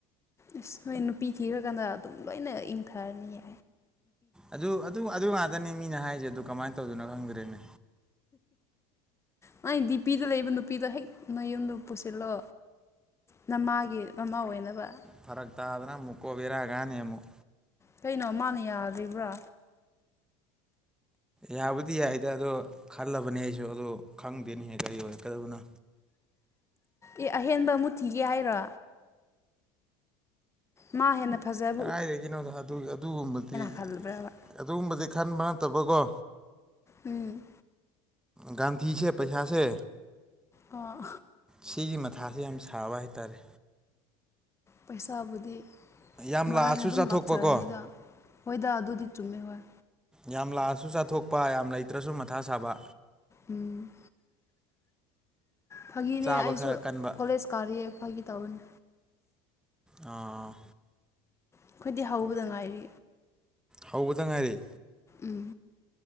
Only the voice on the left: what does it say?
ꯑꯁ ꯅꯣꯏ ꯅꯨꯄꯤ ꯊꯤꯔꯀꯥꯟꯗ ꯑꯗꯨꯝ ꯂꯣꯏꯅ ꯏꯪꯊꯔꯅꯤꯌꯦ
ꯃꯥꯏ ꯗꯤꯄꯤꯗ ꯂꯩꯕ ꯅꯨꯄꯤꯗꯣ ꯍꯦꯛ ꯅꯌꯨꯝꯗ ꯄꯨꯁꯤꯜꯂꯣ ꯅꯃꯥꯒꯤ ꯃꯥꯃꯧ ꯑꯣꯏꯅꯕ
ꯀꯩꯅꯣ ꯃꯥꯅ ꯌꯥꯗ꯭ꯔꯤꯕ꯭ꯔꯥ
ꯑꯦ ꯑꯍꯦꯟꯕ ꯑꯃꯨ ꯊꯤꯒꯦ ꯍꯥꯏꯔꯣ ꯃꯥ ꯍꯦꯟꯅ ꯐꯖ
ꯈꯜꯂꯕ꯭ꯔꯕ
ꯎꯝ
ꯑꯣ
ꯄꯩꯁꯥꯕꯨꯗꯤ
ꯃꯔꯥꯏꯅ
ꯑꯗꯨꯝ
ꯂꯥꯛꯆꯔꯅꯤꯗ ꯍꯣꯏꯗ ꯑꯗꯨꯗꯤ ꯆꯨꯝꯃꯦ ꯍꯣꯏ
ꯎꯝ ꯐꯥꯒꯤꯅꯦ
ꯑꯩꯁꯨ
ꯀꯣꯂꯦꯖ ꯀꯥꯔꯤꯌ‌ꯦ ꯐꯥꯒꯤ ꯇꯧꯕꯅꯦ
ꯑꯩꯈꯣꯏꯗꯤ ꯍꯧꯕꯗ ꯉꯥꯏꯔꯤ
ꯎꯝ